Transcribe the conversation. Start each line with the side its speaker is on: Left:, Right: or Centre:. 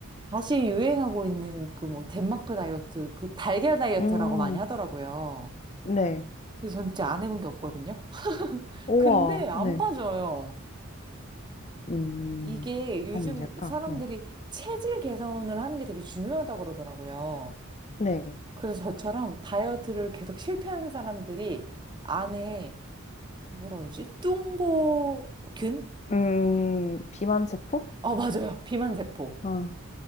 Right: 다시 유행하고 있는 그 뭐 덴마크 다이어트, 그 달걀 다이어트라고
Left: 음,
Right: 많이 하더라고요.
Left: 네.
Right: 근데 전 진짜 안 해본 게 없거든요. <laughs>
Left: 우와,
Right: 근데 안
Left: 네.
Right: 빠져요.
Left: 음,
Right: 이게
Left: 뭐가
Right: 요즘
Left: 문제일까?
Right: 사람들이
Left: 네.
Right: 체질 개선을 하는 게 되게 중요하다고 그러더라고요.
Left: 네.
Right: 그래서 저처럼 다이어트를 계속 실패하는 사람들이 안에 그 뭐라 그러지? 뚱보균?
Left: 음, 비만세포?
Right: 어, 맞아요. 비만세포.
Left: 아,